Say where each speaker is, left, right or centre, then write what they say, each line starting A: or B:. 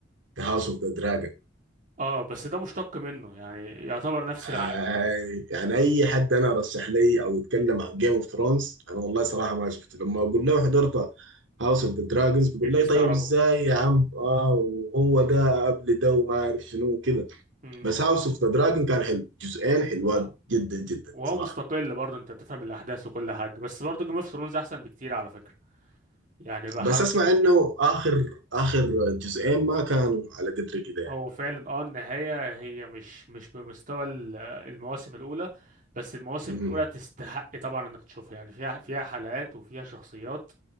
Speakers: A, on the right; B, on the right.
A: The House of the Dragon
B: اه بس ده مشتق منه يعني يعتبر نفس
A: آه
B: العالم
A: يعني
B: اه
A: اي حد انا رشح لي او يتكلم عن جيم اوف ثرونز انا والله صراحه ما شفته لما اقول
B: مم.
A: له حضرت هاوس اوف ذا دراجونز بيقول
B: اكيد
A: لي
B: بيستغربوا
A: طيب ازاي يا عم اه وهو ده قبل ده وما عارف شنو كده
B: مم.
A: بس هاوس اوف ذا دراجون كان حلو جزئين حلوات
B: اه
A: جدا جدا
B: وهو
A: صراحه
B: مستقل برضه انت تفهم الاحداث وكل حاجه بس برضه جيم اوف ثرونز احسن بكتير على فكره يعني بحاول
A: بس اسمع
B: اشوف
A: انه اخر اخر جزئين ما كانوا على قدر كده يعني
B: هو فعلا اه النهايه هي مش مش بمستوى ال- المواسم الاولى بس المواسم
A: مم.
B: الاولى تستحق طبعا انك تشوفها يعني فيها فيها حلقات وفيها شخصيات